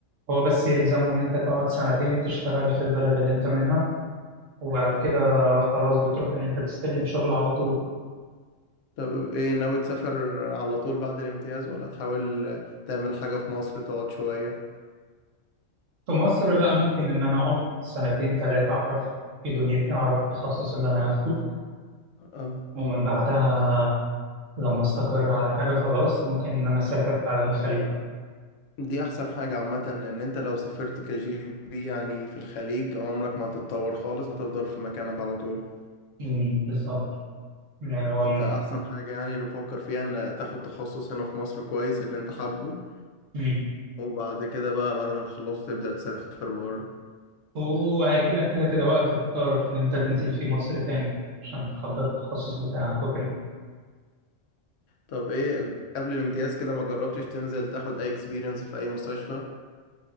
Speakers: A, on the right; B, on the left.
A: هو بس يلزمه إن أنت تقعد سنتين تشتغل في البلد اللي أنت منها وبعد
B: اه
A: كده خلاص بتروح إن أنت تستلم شغل على طول
B: طب ايه ناوي تسافر على طول بعد الامتياز ولا تحاول تعمل حاجة في مصر تقعد شوية؟
A: في مصر لا ممكن إن أنا أقعد سنتين تلاتة أعرف في دنيتي أعرف التخصص اللي أنا هاخده
B: اه
A: ومن بعدها لما أستقر على حاجة خلاص ممكن إن أنا أسافر فعلا الخليج بقى
B: دي احسن حاجة عامة لان انت لو سافرت كجي بي يعني في الخليج عمرك ما هتتطور خالص هتفضل في مكانك على طول
A: أمم، بالظبط من اللي هو
B: انت احسن حاجة يعني اللي بفكر فيها ان تاخد تخصص هنا في مصر كويس اللي انت حابه
A: أمم.
B: وبعد كده بقى بعد ما تخلصه تبدأ تسافر بره
A: وهيجي لك كده كده وقت تضطر إن أنت تنزل فيه مصر تاني عشان تحضر التخصص بتاعك وكده
B: طب ايه قبل الامتياز كده ما جربتش تنزل تاخد اي اكسبيرينس في اي مستشفى